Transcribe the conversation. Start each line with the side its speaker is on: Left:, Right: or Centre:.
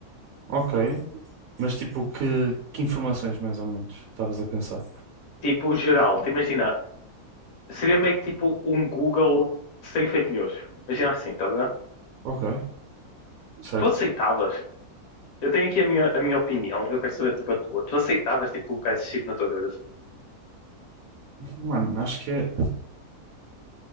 Right: Ok. Mas tipo, que, que informações mais ou menos estavas a pensar?
Left: Tipo, geral, te imagina, seria meio que tipo um Google sem fake news. Imagina assim, estás a ver?
Right: Ok, certo.
Left: Tu aceitavas? Eu tenho aqui a minha, a minha opinião, eu quero saber, tipo, a tua. Tu aceitavas, tipo, colocar esse chip na tua cabeça?
Right: Mano, acho que é.